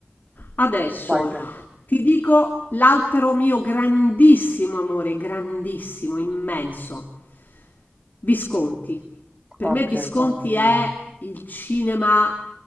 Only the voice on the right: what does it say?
Vai te.
Ok,